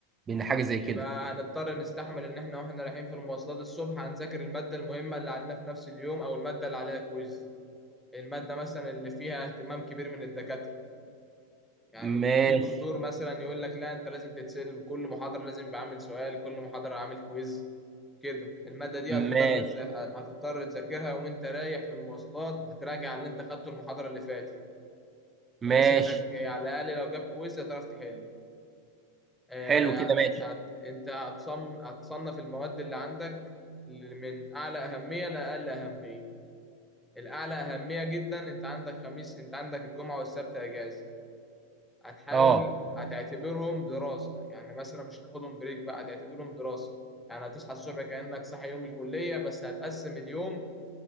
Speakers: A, on the right; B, in the centre.
A: بان حاجة زي
B: يبقى
A: كده
B: هنضطر نستحمل ان احنا واحنا رايحين في المواصلات الصبح هنذاكر المادة المهمة اللي علينا في نفس اليوم او المادة اللي عليها كويز المادة مثلا اللي فيها اهتمام كبير من الدكاترة يعني الدك-
A: ماشي
B: في دكتور مثلا يقول لك لا انت لازم تتسلم كل محاضرة لازم بعمل سؤال كل محاضرة عامل كويز كده المادة دي هتضطر
A: ماشي
B: تذا- هتضطر تذاكرها وانت رايح في المواصلات هتراجع اللي انت خدته المحاضرة اللي فاتت
A: ماشي
B: بحيث انك يعني على الأقل لو جاب كويز هتعرف تحل آه،
A: حلو كده
B: هت...
A: ماشي
B: هت... انت هتصم... هتصنف المواد اللي عندك من أعلى أهمية لأقل أهمية الأعلى أهمية جدا انت عندك خميس انت عندك الجمعة والسبت أجازة هتحاول
A: اه
B: هتعتبرهم دراسة يعني مثلا مش تاخدهم بريك بقى هتعتبرهم دراسة يعني هتصحى الصبح كأنك صاحي يوم الكلية بس هتقسم اليوم